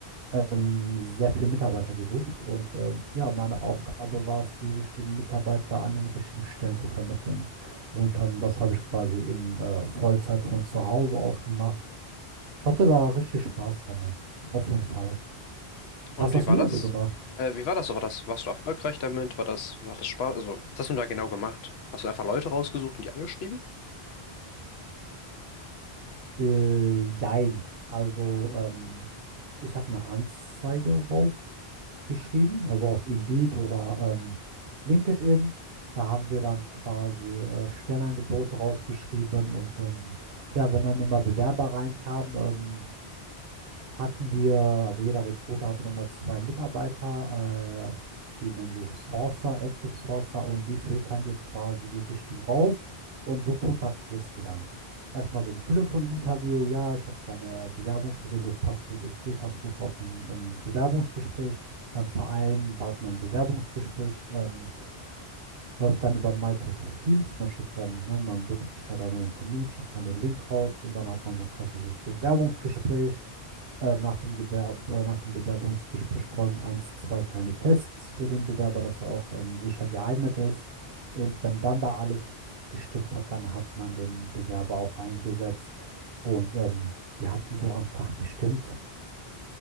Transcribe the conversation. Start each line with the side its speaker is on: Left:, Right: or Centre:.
Right: ähm, sehr viele Mitarbeiter gesucht und ähm, ja, meine Aufgabe war es, die richtigen Mitarbeiter an den richtigen Stellen zu vermitteln. Und ähm, das habe ich quasi in äh, Vollzeit von zu Hause aus gemacht. Ich hatte da richtig Spaß dran, ne? auf jeden Fall. Was
Left: Und
Right: hast
Left: wie war
Right: du
Left: das?
Right: da so gemacht?
Left: Äh, wie war das so? War das, warst du erfolgreich damit? War das, war das Spaß? Also, was hast du da genau gemacht? Hast du einfach Leute rausgesucht und die angeschrieben?
Right: Äh, jein. Also, ähm, ich habe eine Anzeige rausgeschrieben, also auf Indeed oder ähm, LinkedIn. Da haben wir dann quasi äh, Stellenangebote rausgeschrieben und ähm, ja, wenn dann immer Bewerber reinkamen, ähm, hatten wir, also jeder Recruiter hatte nochmal zwei Mitarbeiter, äh, die nennen sich Sourcer, Active Sourcer und die filtern dir quasi die Richtigen raus und du kontaktierst die dann. Erstmal so ein Telefoninterview, ja, ich habe deine Bewerbung gesehen, du passt gut ins Bild, hast du Lust auf ein ähm, Bewerbungsgespräch? Dann vereinbart man ein Bewerbungsgespräch, ähm, läuft dann über Microsoft Teams, man schickt dann, ne, man bucht sich da dann einen Termin, schickt dann den Link raus und dann hat man so ein klassisches Bewerbungsgespräch äh, nach, den Gewerb äh, nach dem Bewerbungsgespräch folgen eins, zwei kleine Tests für den Bewerber, dass er auch ähm, sicher geeignet ist. Und wenn dann da alles gestimmt hat, dann hat man den Bewerber auch eingesetzt. Und ähm, wir hatten so am Tag bestimmt,